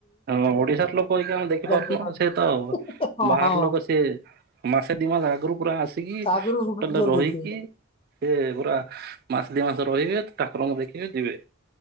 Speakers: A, on the right (about 45°); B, on the left (about 25°).
A: ହଁ ଓଡିଶାର ଲୋକ ହେଇକି ଆମେ ଦେଖିପାରୁନୁ
B: ତ ନାହିଁ।
A: ସେ ତ
B: ହଁ
A: ବାହାର
B: ହଁ
A: ଲୋକ ସିଏ ମାସେ ଦି ମାସ ଆଗରୁ ପୁରା ଆସ କି
B: ଆଗରୁ
A: ହଟେଲ
B: ବୁକିଂ କରିଦେଇଥିବେ
A: ରେ ରହିକି ସେ ପୁରା ମାସ ଦ ମାସ ରହିବେ ଠାକୁରଙ୍କୁ ଦେଖିବେ ଯିବେ।